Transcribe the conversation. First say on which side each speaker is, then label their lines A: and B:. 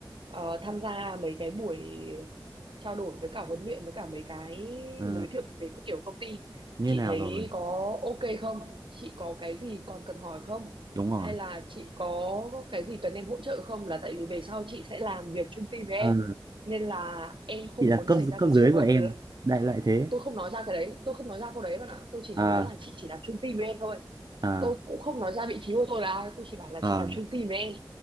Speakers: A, on the right; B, on the right.
A: ờ, tham gia mấy cái buổi trao đổi với cả huấn luyện với cả mấy cái
B: ờ,
A: giới thiệu phần mềm các kiểu công ty
B: như
A: chị
B: nào
A: thấy
B: rồi
A: có ok không chị có cái gì còn cần hỏi không
B: đúng rồi
A: hay là chị có cái gì cần em hỗ trợ không là tại vì về sau chị sẽ làm việc chung team với
B: ờ
A: em nên là em không
B: chị là
A: muốn
B: cấp
A: xảy ra
B: cấp
A: cái
B: dưới
A: trường hợp
B: của em
A: là-
B: đại loại thế
A: tôi không nói ra cái đấy tôi không nói ra câu đấy bạn ạ tôi chỉ
B: à
A: nói là chị chỉ làm chung team với em thôi
B: à
A: tôi cũng không nói ra vị trí của tôi là ai tôi chỉ bảo là
B: à
A: chị làm chung team với em